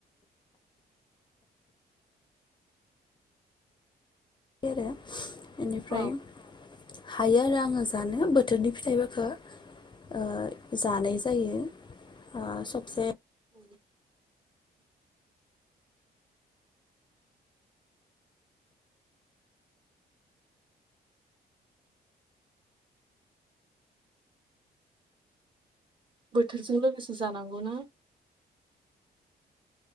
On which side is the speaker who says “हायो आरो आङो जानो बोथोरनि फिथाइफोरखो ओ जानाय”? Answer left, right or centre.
Left